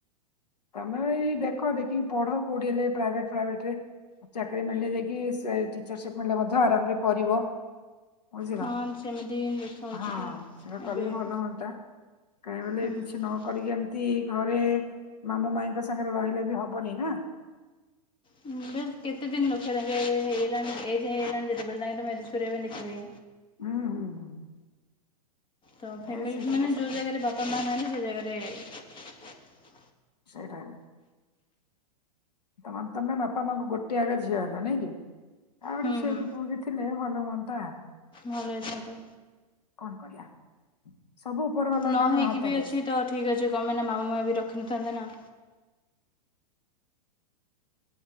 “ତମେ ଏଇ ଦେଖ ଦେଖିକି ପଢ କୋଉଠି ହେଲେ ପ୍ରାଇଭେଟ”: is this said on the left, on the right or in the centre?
Left